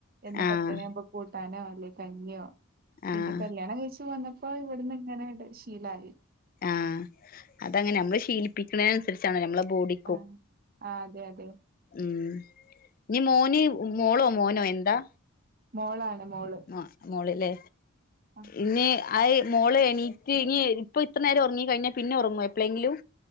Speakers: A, on the right; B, on the left.
A: എന്നും
B: ആഹ്
A: പത്തണ്യാവുമ്പോ കൂട്ടാനോ അല്ലെ കഞ്ഞ്യോ പിന്നെ
B: ആഹ്
A: കല്യാണം കഴിച്ച് വന്നപ്പോ ഇവട്‌ന്ന് ഇങ്ങനേണ്ട് ശീലായി
B: ആഹ് അതങ്ങനെ അമ്മള് ശീലിപ്പിക്ക്ണേനൻസരിച്ചാണല്ലോ അമ്മളെ ബോഡി
A: ആഹ് ആഹ് അതെ അതെ
B: ഉം നീ മോന് മോളോ മോനോ എന്താ
A: മോളാണ് മോള്
B: അഹ് മോള് ലേ
A: ആഹ്
B: ഇനി അഅ് മോള് എണീറ്റ് ഇനി ഇപ്പൊ ഇത്ര നേരം ഒർങ്ങി കഴിഞ്ഞാ പിന്നെ ഒർങ്ങാേ എപ്ലേങ്കിലും